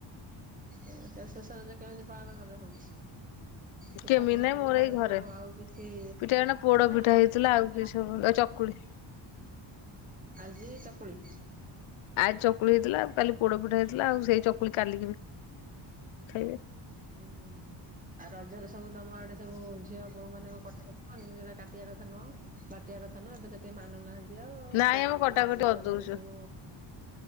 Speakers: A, on the right; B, on the left.
A: ଏଁ, ଶେ ଶେଷ ରଜ କେମିତି ପାଳନ କରା ହଉଛି? ପିଠାପଣା
B: କେମିତି ନାଇ।
A: ସବୁ
B: ମୋର
A: କଣ ହବ
B: ଏଇ ଘରେ,
A: ଆଉ କିଛି
B: ପିଠା ଏଇନା ପୋଡ
A: ନା
B: ପିଠା ହେଇଥିଲା। ଆଉ
A: ଖାଇ
B: କି ସବୁ ଆଉ ଚକୁଳି।
A: ଆଜି ଚକୁଳି।
B: ଆ, ଚକୁଳି ହେଇଥିଲା। କାଲି ପୋଡ ପିଠା ହେଇଥିଲା। ଆଉ ସେଇ ଚକୁଳି କାଲିକି ବି ଖାଇବେ।
A: ହୁଁ। ଆଉ ରଜରେ ସବୁ ତୋମ ଆଡେ ସବୁ ଝିଅ ବୋହୁ ମାନେ କଣ କଟା କଟି <inaudible> ଯୋଉଡା କାଟିବା କଥା ନୁହଁ? ବାଟିବା କଥା ନୁହଁ ଏବେ ତ କେହି ମାନୁନାହାନ୍ତି ଆଉ ଆଉ।
B: ନାଇଁ ଆମେ କଟାକଟି କରିଦଉଛୁ
A: ରଜରେ ସବୁ